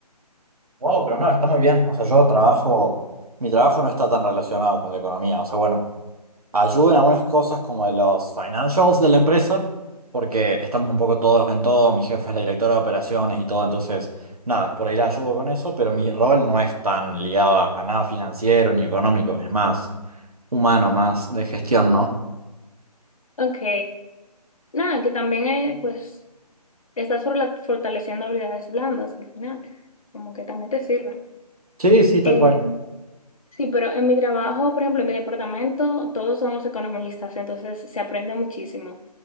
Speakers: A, on the right; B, on the left.
A: Wow, pero no, está muy bien. O sea, yo trabajo, mi trabajo no está tan relacionado con la economía. O sea, bueno, ayudo en algunas cosas como de los financials de la empresa, porque estamos un poco todos en todo. Mi jefa es la directora de operaciones y todo, entonces, nada, por ahí la ayudo con eso, pero mi rol no es tan ligado a a nada financiero ni económico, es más humano, más de gestión, ¿no?
B: Ok, nada, que también eh, pues estás forla- fortaleciendo habilidades blandas al final, como que también te sirva.
A: Sí, sí, tal
B: Eh,
A: cual.
B: sí, pero en mi trabajo, por ejemplo, en mi departamento, todos somos economistas, entonces se aprende muchísimo,